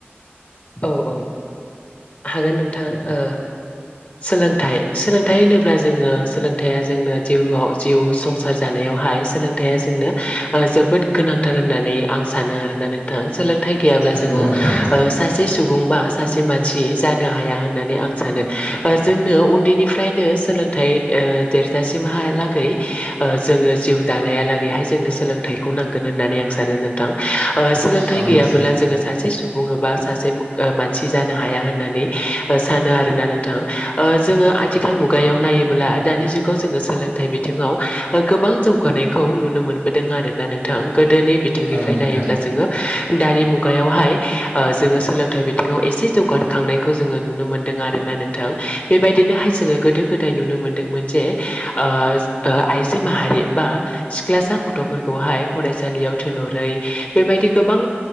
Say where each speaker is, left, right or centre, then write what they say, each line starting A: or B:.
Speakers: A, on the left; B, on the left.
A: औ औ हागोन नोंथां ओ सोलों थाइ सोलोंथाइ होनोब्ला जोङो सोलोंथाइया जोंनो जिउआव जिउ संसार जानायावहाय सोलोंथाइया जोंनो जोबोद गोनांथार होननानै आं सानो आरोना नोंथां सोलोंथाइ गैयाब्ला
B: नंगौ
A: जोङो
B: नोंथां
A: ओ सा सुबुंबा सासे मानसि जानो हाया होननानै आं सानो ओ जोंनो उन्दैनिफ्रायनो सों सोलोंथाइ ओ देरजासिमहालागै ओ जोङो जिउ दानायालागैहाय जोंनो सोलोंथाइ खौ नांगोन होननानै आं सानो नोंथां ओ सोलोंथाइ
B: औ
A: गैयाबला
B: नोंथां
A: जोङो सासे सुबुं एबा सासे ओ मानसि जानो हाया होननानै ओ सानो आरोना नोंथां जोङो आथिखाल मुगायाव ना नायोब्ला दानि जुगाव जोङो सोलोंथाइ बिथिङाव ओ गोबां जौगानायखौ नुनो मोनबोदों आरोना नोंथां गोदोनि बिंनिफ्राय
B: औ नोंथां
A: नायोब्ला जोङो दानि मुगायावहाय ओ जोङो सोलोंथाइ बिथिङाव एसे जौगाखांनायखौ जोङो नुनो मोन्दों आरोना नोंथां बेबायदिनोहाय जोङो गोदो गोदाय नुनो मोनदोंमोन जे ओ आइजो माहारि बा सिख्लासा गथ' गथ'फोरखौहाय फरायसालियाव थोनहरै बेबायदि गोबां